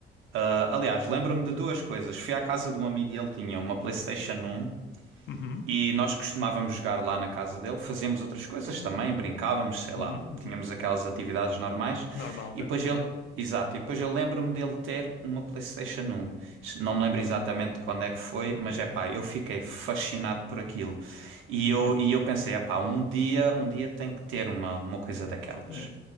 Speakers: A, on the right; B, on the left.
A: ah, aliás, lembro-me de duas coisas. Fui à casa de um amigo e ele tinha uma PlayStation 1
B: Uhum.
A: E nós costumávamos jogar lá na casa dele, fazíamos outras coisas também, brincávamos, sei lá,
B: Uhum. Uhum.
A: tínhamos aquelas atividades normais.
B: Normal,
A: E
B: né?
A: depois ele,
B: Yeah.
A: exato, e depois eu lembro-me dele ter uma PlayStation um Não me lembro exatamente
B: Uhum.
A: de quando é que foi, mas é pá, eu fiquei fascinado por aquilo. E eu,
B: Yeah.
A: e eu pensei, é pá, um dia, um dia tem que ter uma, uma coisa daquelas.
B: Yeah.